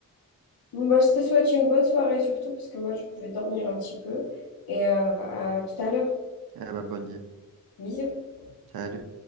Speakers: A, on the left; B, on the right.
A: Bon, bah, je te souhaite une bonne soirée surtout, parce que moi, je vais dormir un petit peu. Et euh, à tout à l'heure.
B: et bah bonne nuit.
A: Bisous.
B: Salut.